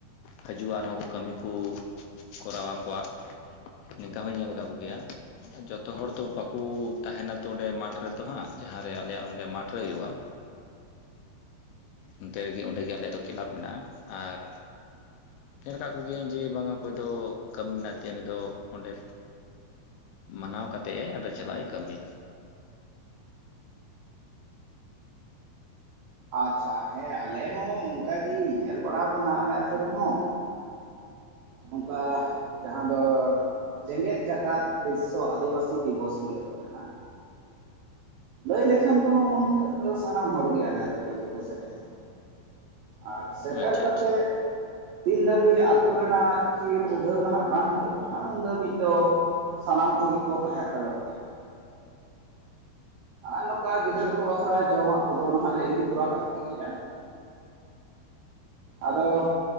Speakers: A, on the left; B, on the right.
A: ᱦᱟᱡᱩᱜᱼᱟ᱾ ᱱᱚᱣᱟ ᱠᱚ ᱠᱟᱹᱢᱤ ᱠᱚ ᱠᱚᱨᱟᱣᱟ ᱟᱠᱚᱣᱟᱜᱼᱟ᱾ ᱱᱤᱝᱠᱟ ᱦᱚᱧ ᱧᱮᱞ ᱠᱟᱜ ᱜᱮᱭᱟ᱾ ᱡᱚᱛᱚ ᱦᱚᱲ ᱫᱚ ᱵᱟᱠᱚ ᱛᱟᱦᱮᱱᱟ ᱛᱚ ᱚᱸᱰᱮ ᱢᱟᱴᱷ ᱨᱮᱛᱚ ᱦᱟᱸᱜ, ᱡᱟᱦᱟᱸ ᱨᱮ ᱟᱞᱮᱭᱟᱜ ᱚᱸᱰᱮ ᱢᱟᱴᱷ ᱨᱮ ᱦᱩᱭᱩᱜᱼᱟ᱾ ᱚᱱᱛᱮ ᱨᱮᱜᱮ ᱚᱸᱰᱮ ᱜᱮ ᱟᱞᱮᱭᱟᱜ ᱫᱚ ᱠᱞᱟᱵᱽ ᱢᱮᱱᱟᱜᱼᱟ ᱾ ᱟᱨ ᱧᱮᱞ ᱟᱠᱟᱫ ᱠᱚᱜᱮᱭᱟᱹᱧ ᱡᱮ ᱵᱟᱝ ᱚᱠᱚᱭ ᱫᱚ ᱠᱟᱹᱢᱤ ᱢᱮᱱᱟᱜ ᱩᱱᱤ ᱫᱚ ᱚᱸᱰᱮ ᱢᱟᱱᱟᱣ ᱠᱟᱛᱮᱜ ᱮ ᱟᱫᱚ ᱪᱟᱞᱟᱜᱼᱟ ᱠᱟᱹᱢᱤ᱾
B: ᱟᱪᱪᱷᱟ, ᱦᱮᱸ ᱟᱞᱮ ᱦᱚᱸ ᱚᱱᱠᱟ ᱜᱮ ᱧᱮᱞ ᱵᱟᱲᱟᱣ ᱠᱟᱱᱟ, ᱟᱞᱮ ᱟᱹᱛᱩ ᱨᱮᱦᱚᱸ᱾ ᱱᱚᱝᱠᱟ ᱡᱟᱦᱟᱸ ᱫᱚ, ᱡᱮᱜᱮᱛ ᱡᱟᱠᱟᱛ ᱵᱤᱥᱥᱚ ᱟᱹᱫᱤᱵᱟᱹᱥᱤ ᱫᱤᱵᱚᱥ ᱦᱤᱞᱚᱜ ᱫᱚ ᱱᱟᱦᱟᱜ ᱞᱟᱹᱭ ᱞᱮᱠᱷᱟᱱ ᱫᱚ ᱩᱱ ᱦᱤᱞᱳᱜ ᱫᱚ ᱥᱟᱱᱟᱢ ᱦᱚᱲ ᱜᱮ ᱟᱞᱮ ᱟᱹᱛᱩ ᱨᱮᱱ ᱫᱚᱠᱚ ᱥᱮᱴᱮᱨᱚᱜᱼᱟ᱾ ᱟᱨ ᱥᱮᱴᱮᱨ
A: ᱟᱪᱪᱷᱟ
B: ᱠᱟᱛᱮᱫ
A: ᱟᱪᱪᱷᱟ
B: ᱛᱤᱱ ᱫᱷᱟᱹᱵᱤᱡ ᱟᱹᱛᱩ ᱨᱮᱱᱟᱜ ᱪᱤᱨ ᱩᱰᱷᱟᱹᱣ ᱱᱟᱦᱟᱜ ᱵᱟᱝ ᱦᱩᱭᱩᱜ ᱠᱟᱱᱟ, ᱩᱱ ᱫᱷᱟᱹᱵᱤᱡ ᱫᱚ ᱥᱟᱱᱟᱢ ᱠᱚᱜᱮ ᱠᱚ ᱛᱟᱦᱮᱸ ᱦᱟᱛᱟᱲᱚᱜᱼᱟ᱾ ᱟᱨ ᱱᱚᱝᱠᱟ ᱜᱤᱫᱽᱨᱟᱹ ᱠᱚ ᱵᱟᱹᱠᱷᱨᱟ ᱡᱚᱢᱟᱜ ᱠᱚᱫᱚ ᱱᱟᱦᱟᱜ ᱞᱮ ᱤᱫᱤ ᱛᱚᱨᱟ ᱠᱟᱜ ᱠᱮ ᱜᱮᱭᱟ᱾ ᱟᱫᱚ,